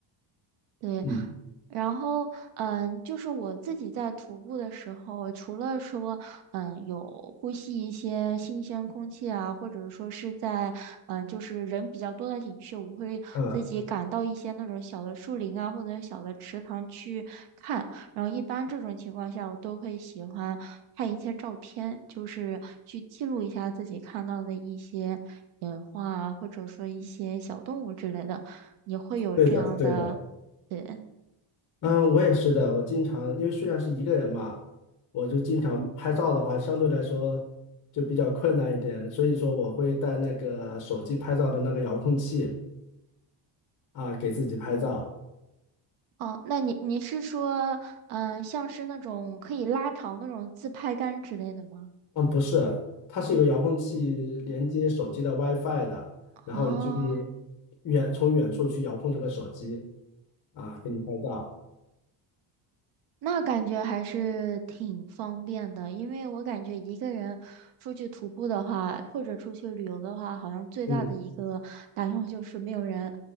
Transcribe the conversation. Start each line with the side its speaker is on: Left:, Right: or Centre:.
Right: 对，
Left: 嗯，
Right: 然后嗯，就是我自己在徒步的时候，除了说嗯有呼吸一些新鲜空气啊，或者说是在嗯就是人比较多的景区，我会自己赶到一些那种小的树林啊或者小的池塘去看。
Left: 啊，
Right: 然后一般这种情况下，我都会喜欢看一些照片，就是去记录一下自己看到的一些野花啊，或者说一些小动物之类的。你会有这样的
Left: 对的，对的。
Right: 对，
Left: 嗯，我也是的。我经常因为虽然是一个人嘛，我就经常拍照的话，相对来说就比较困难一点，所以说我会带那个手机拍照的那个遥控器啊，给自己拍照。
Right: 哦，那你你是说，嗯、像是那种可以拉长那种自拍杆之类的吗？
Left: 嗯，不是，它是有个遥控器连接手机的 WiFi 的，
Right: 啊，
Left: 然后你就可以远从远处去遥控这个手机啊，给你拍照。
Right: 那感觉还是挺方便的，因为我感觉一个人出去徒步的话，或者出去旅游的话，好像最大的一个担忧就是没有人，
Left: 嗯，